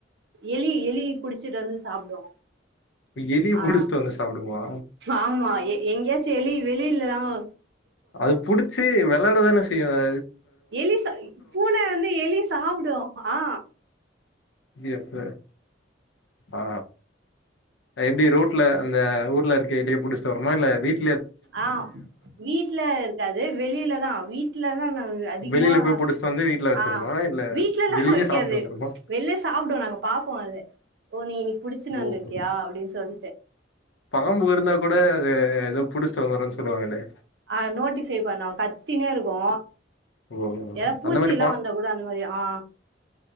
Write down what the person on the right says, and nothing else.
எலி எலி புடிச்சிட்டு வந்து சாப்டோ
ஆ
ஆமா எங்கியாச்சி எலி வெ வெளியில்லாதங்கோ
எலி ச பூன வந்து எலி சாப்புடு அ
ஆ வீட்ல இருக்காது வெளில தா வீட்லல்லா நா அதிகமா
ஆ
வீட்லெல்லா
வெக்காது
வெளில சாப்டு நாங்க பாப்போ அத ஓ நீ புடிச்சுனு வந்திருக்கியா
அப்டின்னு சொல்
ஆ நோட்டிஃபை பண்ணு கத் தினே இருக்கு
எதா பூச்சில்லா
வந்தா கூட அந்த மாரி ஆ